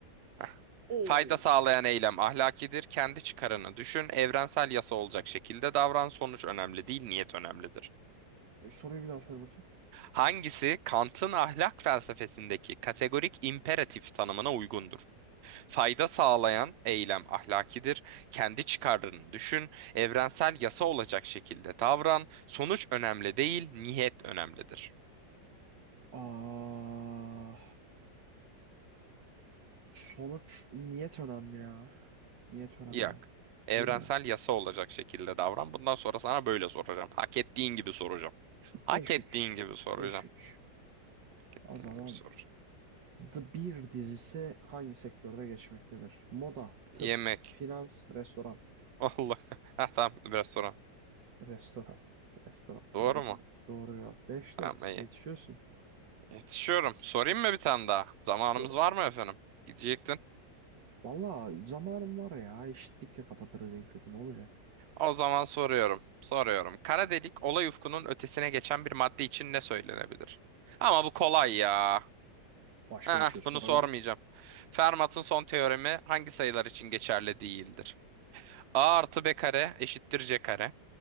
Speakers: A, on the right; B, on the right.
A: Heh.
B: Oo.
A: Fayda sağlayan eylem ahlakidir. Kendi çıkarını düşün. Evrensel yasa olacak şekilde davran. Sonuç önemli değil, niyet önemlidir.
B: Soruyu bir daha söyle bakayım.
A: Hangisi Kant'ın ahlak felsefesindeki kategorik imperatif tanımına uygundur? Fayda sağlayan eylem ahlakidir. Kendi çıkarlarını düşün, evrensel yasa olacak şekilde davran. Sonuç önemli değil, niyet önemlidir.
B: Aa, sonuç niyet önemli ya. Niyet önemli.
A: Yak. Evrensel
B: Değil mi?
A: yasa olacak şekilde davran. Bundan sonra sana böyle soracağım. Hak ettiğin gibi soracağım. Hak
B: Beş
A: ettiğin
B: üç,
A: gibi soracağım.
B: beş üç.
A: Hak ettiğin
B: O zaman
A: gibi soracağım.
B: The Bear dizisi hangi sektörde geçmektedir? Moda, tıp,
A: Yemek.
B: finans, restoran.
A: <laughs> Allah. Ha tamam biraz sonra.
B: Restoran. Restoran.
A: Doğru
B: Doğru
A: mu?
B: ya. Doğru ya. 5-4.
A: Tamam iyi.
B: Yetişiyorsun.
A: Yetişiyorum. Sorayım mı bir tane daha? Zamanımız
B: Do-
A: var mı efendim? Gidecektin.
B: Valla zamanım var ya. Eşitlikle kapatırız en kötü. Ne olacak?
A: O zaman soruyorum. Soruyorum. Kara delik olay ufkunun ötesine geçen bir madde için ne söylenebilir? Ama bu kolay ya.
B: Başka
A: Aa,
B: bir şey sorabilirsin.
A: bunu sormayacağım. Fermat'ın son teoremi hangi sayılar için geçerli değildir? A artı B kare eşittir C kare.